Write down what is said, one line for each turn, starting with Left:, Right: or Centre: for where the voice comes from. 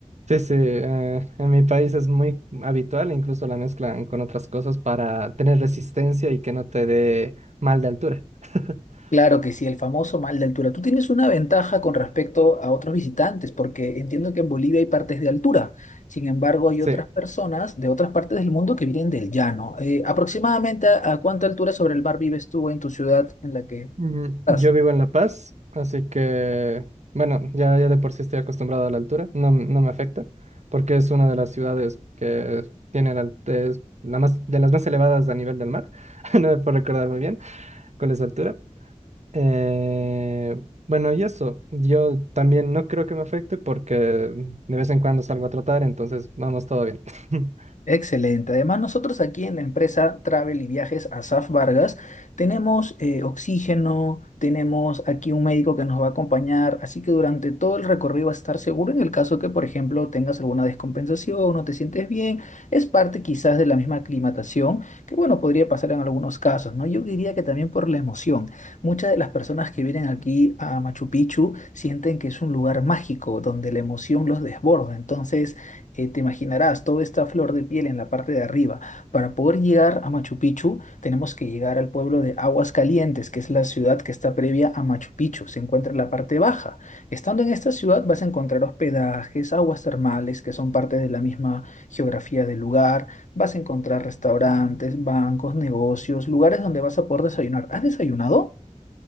Right: Sí, sí, eh, en mi país es muy habitual, incluso la mezclan con otras cosas para tener resistencia y que no te dé mal de altura. <laughs>
Left: Claro que sí, el famoso mal de altura. Tú tienes una ventaja con respecto a otros visitantes, porque entiendo que en Bolivia hay partes de altura. Sin embargo, hay
Right: Sí,
Left: otras personas de otras partes del mundo que vienen del llano. Eh, aproximadamente, ¿a, a cuánta altura sobre el mar vives tú en tu ciudad en la que
Right: mm,
Left: estás?
Right: yo vivo en La Paz, así que, bueno, ya, ya de por sí estoy acostumbrado a la altura, no, m- no me afecta, porque es una de las ciudades que tiene la, es la más, de las más elevadas a nivel del mar, <laughs> no me puedo recordar muy bien cuál es la altura, Eh, bueno, y eso, yo también no creo que me afecte porque de vez en cuando salgo a trotar entonces vamos todo bien. <laughs>
Left: Excelente. Además, nosotros aquí en la empresa Travel y Viajes Asaf Vargas tenemos eh, oxígeno, tenemos aquí un médico que nos va a acompañar, así que durante todo el recorrido vas a estar seguro en el caso que, por ejemplo, tengas alguna descompensación, no te sientes bien, es parte quizás de la misma aclimatación, que bueno, podría pasar en algunos casos, ¿no? Yo diría que también por la emoción. Muchas de las personas que vienen aquí a Machu Picchu sienten que es un lugar mágico donde la emoción los desborda, entonces eh, te imaginarás, toda esta flor de piel en la parte de arriba. Para poder llegar a Machu Picchu, tenemos que llegar al pueblo de Aguas Calientes, que es la ciudad que está previa a Machu Picchu. Se encuentra en la parte baja. Estando en esta ciudad vas a encontrar hospedajes, aguas termales, que son parte de la misma geografía del lugar. Vas a encontrar restaurantes, bancos, negocios, lugares donde vas a poder desayunar. ¿Has desayunado?